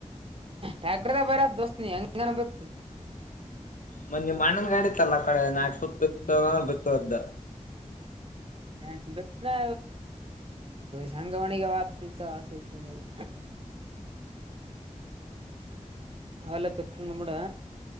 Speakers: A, on the right; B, on the left.
A: ಟ್ಯಾಕ್ರದ ಬರದ ದೋಸ್ತ್ ನೀ ಹೆಂಗನ ಬತ್ತು
B: ಮ ನಿ ಮಣ್ಣನ್ ಗಾಡಿತ್ತಲ್ಲ ಕಡೆ ನಾ ಸತ್ ಬಿತ ಬಿತವದ್ದ
A: ನ ಬತ್ನಾ ಶಂಗಾವಣಿಗೆ ವತ ಚಲ್ತತಲ್ತಂದರು ಅವಲ್ಲ ಬತ್ತ ನಮಡ